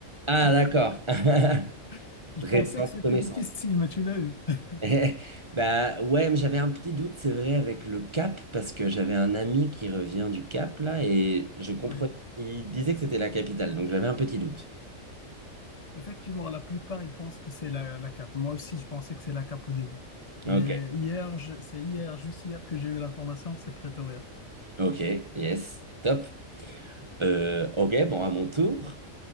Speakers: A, on the right; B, on the left.
A: Ah, d'accord. <laughs>
B: <laughs> Je
A: Récente
B: pensais que c'était
A: connaissance.
B: difficile, mais tu l'as eu. <laughs>
A: Eh, Bah ouais, mais j'avais un petit doute, c'est vrai, avec le Cap, parce que j'avais un ami qui revient du Cap, là, et je comprenais
B: Oui,
A: qu'il disait que c'était la capitale, donc j'avais un petit doute.
B: effectivement, la plupart, ils pensent que c'est la, la cape. Moi aussi, je pensais que c'est la cape au début. Mais
A: Ok,
B: hier, je- c'est hier, juste hier, que j'ai eu l'information que c'est Pretoria.
A: ok, yes, top. Euh, ok, bon, à mon tour.